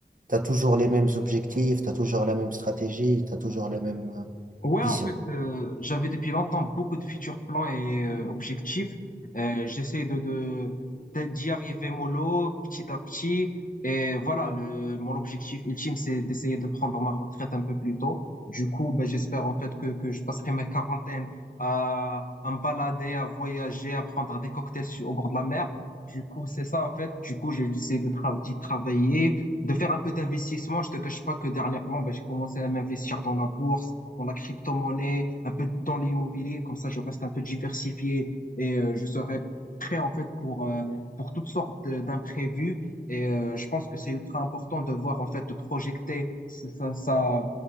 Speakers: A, on the right; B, on the left.
A: t'as toujours les mêmes objectifs, t'as toujours la même stratégie, t'as toujours la même euh,
B: Ouais,
A: vision?
B: en fait, euh, j'avais depuis longtemps beaucoup de futurs plans et euh, objectifs. Euh, j'essaie de, de, d'a- d'y arriver mollo, petit à petit. Et voilà, le, mon objectif ultime, c'est d'essayer de prendre ma retraite un peu plus tôt. Du coup, ben, j'espère en fait que, que je passerai ma quarantaine à, à me balader, à voyager, à prendre des cocktails sur- au bord de la mer. Du coup, c'est ça en fait. Du coup, j'ai j'essaie de tra- d'y travailler, de faire un peu d'investissement. Je te cache pas que dernièrement, ben, j'ai commencé à m'investir dans la bourse dans la crypto-monnaie, un peu dans l'immobilier. Comme ça, je reste un peu diversifié et euh, je serai prêt en fait pour, euh, pour toutes sortes de- d'imprévus. Et euh, je pense que c'est ultra important de voir en fait, de projeter sa, sa, sa-